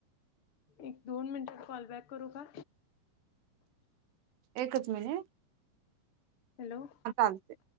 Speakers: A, on the left; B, on the right.
A: एक दोन मिनटात कॉल बॅक करू का
B: एकच मिनिट
A: हॅलो
B: चालते